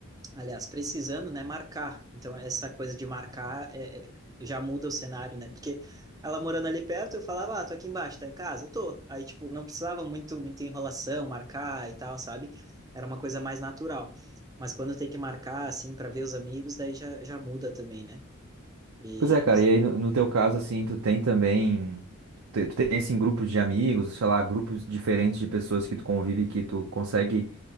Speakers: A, on the right; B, on the right.
A: aliás, precisando, né, marcar. Então essa coisa de marcar é, é, já muda o cenário, né? Porque ela morando ali perto, eu falava, ah, tô aqui embaixo, tá em casa? Tô. Aí tipo, não precisava muito muita enrolação, marcar e tal, sabe? Era uma coisa mais natural. Mas quando tem que marcar assim para ver os amigos, daí já, já muda também, né? E
B: Pois é, cara, e aí no, no teu caso, assim, tu tem também, tu, tu tem, assim, grupos de amigos, sei lá, grupos diferentes de pessoas que tu convive, que tu consegue